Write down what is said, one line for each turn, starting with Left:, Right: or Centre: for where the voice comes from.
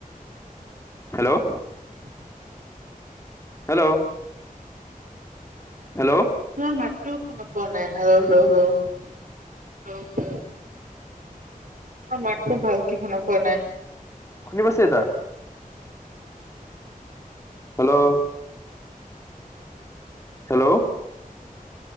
Left: Hello
Right: <inaudible>
Left: hello hello.
Right: তোমাৰ মাততো শুনি পোৱা নাই হেল্লো-হেল্লো-হেল্লো-হেল্লো। মাতটো ভালে শুনা পোৱা নাই।
Left: শুনি পাইছে এতিয়া? হেল্লো' হেল্লো'